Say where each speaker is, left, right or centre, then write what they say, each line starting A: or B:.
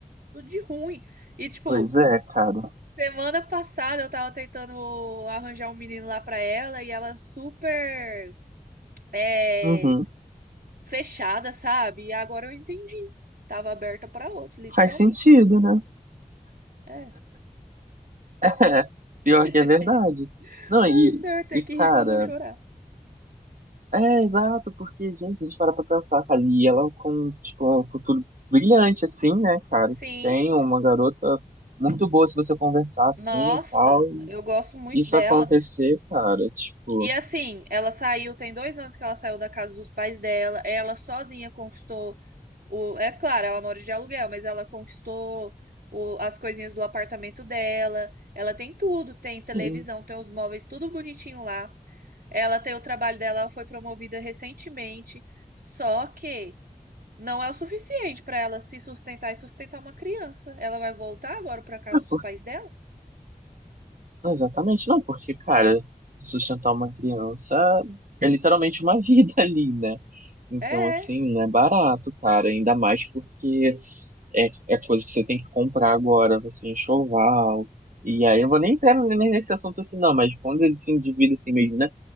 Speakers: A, on the right; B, on the right.
A: tudo de ruim. E, tipo,
B: Pois é, cara.
A: semana passada eu tava tentando arranjar um menino lá pra ela e ela super é,
B: Uhum.
A: fechada, sabe? E agora eu entendi. Tava aberta pra outro, literalmente.
B: Faz sentido, né?
A: É.
B: <laughs> É, pior
A: <laughs>
B: que é verdade. Não,
A: Ai,
B: e,
A: senhor, tem
B: e
A: que
B: cara,
A: rir pra não chorar.
B: é exato, porque, gente, a gente para pra pensar, cara, e ela com, tipo, um futuro brilhante, assim, né, cara?
A: Sim,
B: Que tem uma garota muito boa se você conversar assim
A: nossa,
B: e tal. E
A: eu gosto muito
B: isso
A: dela.
B: acontecer, cara, tipo,
A: E assim, ela saiu, tem dois anos que ela saiu da casa dos pais dela. Ela sozinha conquistou o. É claro, ela mora de aluguel, mas ela conquistou o- as coisinhas do apartamento dela. Ela tem tudo, tem televisão,
B: sim.
A: tem os móveis, tudo bonitinho lá. Ela tem o trabalho dela, ela foi promovida recentemente. Só que Não é o suficiente pra ela se sustentar e sustentar uma criança. Ela vai voltar agora pra casa
B: É
A: dos pais dela?
B: Exatamente, não, porque, cara, sustentar uma criança é literalmente uma <laughs> vida ali, né? Então,
A: É,
B: assim,
A: é.
B: não é barato, cara, ainda mais porque é, é coisa que você tem que comprar agora, assim, enxoval. E aí eu vou nem entrar nem nesse assunto assim, não, mas quando ele se endivida assim mesmo, né?